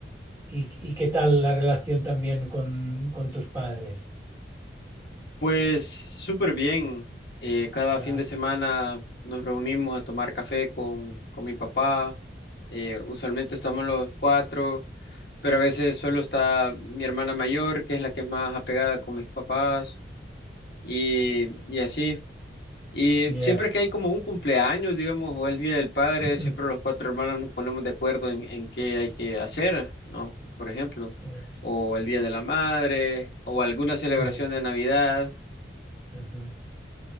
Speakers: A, on the right (about 15°); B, on the left (about 65°).
A: y, y qué tal la relación también con, con tus padres?
B: pues súper bien. Eh, cada
A: Ah,
B: fin de semana nos reunimos a tomar café con, con mi papá. Eh, usualmente estamos los cuatro, pero a veces solo está mi hermana mayor, que es la que es más apegada con mis papás, y, y así. Y
A: ya.
B: siempre que hay como un cumpleaños, digamos, o el Día del Padre,
A: Ujú,
B: siempre los cuatro hermanos nos ponemos de acuerdo en, en qué hay que hacer, ¿no? Por ejemplo,
A: ya.
B: o el Día de la Madre, o alguna celebración
A: Sí.
B: de Navidad.
A: ujú.